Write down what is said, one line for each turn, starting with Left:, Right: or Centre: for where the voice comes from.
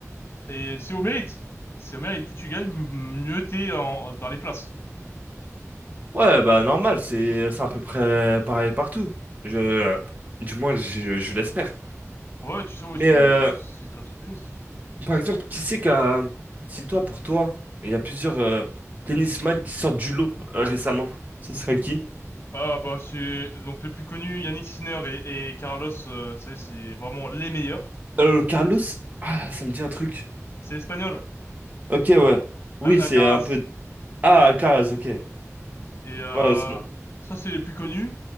Left: et c'est au mérite. C'est au mérite. Plus tu gagnes, m- mieux t'es en, dans les places.
Right: Ouais, bah normal, c'est c'est à peu près pareil partout. Je, du moins, je, je l'espère.
Left: Ouais, tu sais, ouais,
Right: Mais
Left: c'est
Right: euh,
Left: c'est très trop tennis.
Right: Par exemple, qui c'est qu'un... Si toi, pour toi, il y a plusieurs euh, tennisman qui sortent du lot euh, récemment, ce serait qui?
Left: Ah bah c'est donc les plus connus, Yannick Sinner et, et Carlos, euh, tu sais, c'est vraiment les meilleurs.
Right: Euh, Carlos? Ah, ça me dit un truc.
Left: c'est espagnol,
Right: Ok, ouais.
Left: Al-
Right: Oui,
Left: Alcaraz.
Right: c'est un peu... Ah, Alcaraz, ok.
Left: Et euh,
Right: Ouais, c'est bon.
Left: ça, c'est les plus connus.